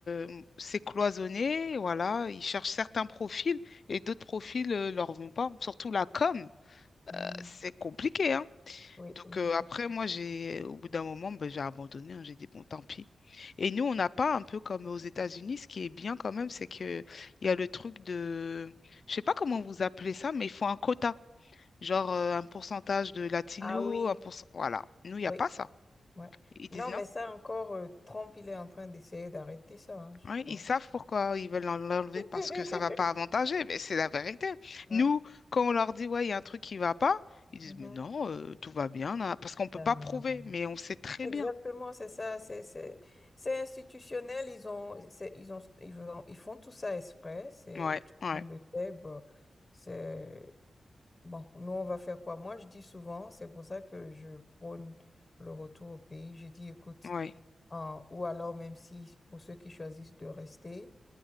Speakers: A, on the left; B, on the left.
A: euh, c'est cloisonné, voilà. Ils cherchent certains profils et d'autres profils ne leur vont pas. Surtout la com,
B: hum,
A: euh, c'est compliqué, hein.
B: oui,
A: Donc
B: oui,
A: euh,
B: effectivement.
A: après, moi, j'ai, au bout d'un moment, ben, j'ai abandonné. hein. j'ai dit, bon, tant pis. Et nous, on n'a pas un peu comme aux États-Unis. Ce qui est bien quand même, c'est que il y a le truc de, je sais pas comment vous appelez ça, mais il faut un quota. Genre euh, un pourcentage de latinos,
B: Ah oui,
A: un pourcent... Voilà. Nous, il n'y
B: oui,
A: a pas ça.
B: ouais.
A: Ils disent
B: Non,
A: non.
B: mais ça encore, euh, Trump, il est en train d'essayer d'arrêter ça, hein, je
A: Oui,
B: crois.
A: ils savent pourquoi ils veulent l'en- l'enlever
B: <laughs>
A: parce que ça va pas avantager, mais c'est la vérité. Nous,
B: Ouais.
A: quand on leur dit, ouais, il y a un truc qui va pas, ils disent,
B: Mhm.
A: mais non, euh, tout va bien, là, parce qu'on peut
B: Non,
A: pas prouver,
B: non.
A: mais on sait très
B: Exactement,
A: bien.
B: c'est ça, c'est c'est c'est institutionnel, ils ont c'est- ils ont ils font, ils font tout ça exprès, c'est
A: Ouais,
B: tout
A: ouais.
B: le monde le sait, bon, c'est bon, nous on va faire quoi? Moi je dis souvent, c'est pour ça que je prône le retour au pays, je dis écoute,
A: Oui,
B: euh, ou alors même si pour ceux qui choisissent de rester,